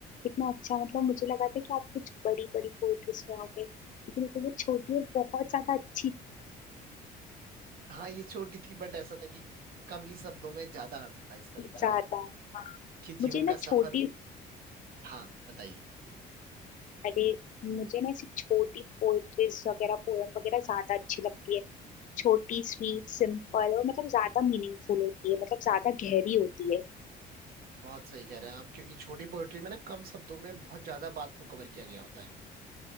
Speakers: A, on the left; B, on the right.
A: इतना अच्छा मतलब मुझे लगा था कि आप कुछ बड़ी बड़ी पोएट्री सुनाओगे लेकिन तो वो छोटी और बहुत ज्यादा अच्छी
B: हाँ ये छोटी थी बट ऐसा था कि कम ही शब्दों में ज्यादा अर्थ था इस कविता
A: ज्यादा
B: का कि जीवन
A: मुझे ना
B: का सफर
A: छोटी
B: हाँ बताइए
A: अरे मुझे ना ऐसी छोटी पोएट्रीज वगैरह पोयम वगैरह ज्यादा अच्छी लगती है छोटी स्वीट सिंपल और मतलब ज्यादा मीनिंगफुल होती है मतलब ज्यादा गहरी होती है
B: बहुत सही कह रहे हैं आप क्योंकि छोटी पोएट्री में ना कम शब्दों में बहुत ज्यादा बात को कवर किया गया होता है